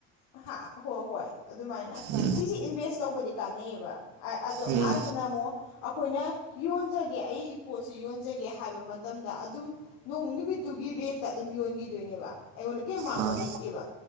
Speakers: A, on the left; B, on the right.
A: ꯍꯥ ꯍꯣꯏ ꯍꯣꯏ ꯑꯗꯨꯃꯥꯏꯅ
B: ꯎꯝ
A: ꯁꯤꯁꯤ ꯏꯟꯚꯦꯁ ꯇꯧꯕꯗꯤ ꯀꯥꯟꯅꯩꯌꯦꯕ ꯑꯩ ꯑꯗꯨ
B: ꯎꯝ ꯍꯥꯏꯗꯅ
A: ꯍꯥꯏꯗꯨꯅ ꯑꯃꯨꯛ ꯑꯩꯈꯣꯏꯅ ꯌꯣꯟꯖꯒꯦ ꯑꯩ ꯄꯣꯠꯁꯤ ꯌꯣꯟꯖꯒꯦ ꯍꯥꯏꯕ ꯃꯇꯝꯗ ꯑꯗꯨꯝ ꯅꯣꯡ ꯅꯨꯃꯤꯠꯇꯨꯒꯤ ꯔꯦꯠꯇ ꯑꯗꯨꯝ ꯌꯣꯟꯒꯤꯗꯣꯏꯅꯦꯕ ꯑꯩꯉꯣꯟꯗ ꯀꯔꯤꯝ ꯃꯥꯡꯕ
B: ꯑꯥ
A: ꯂꯩꯇꯦꯕ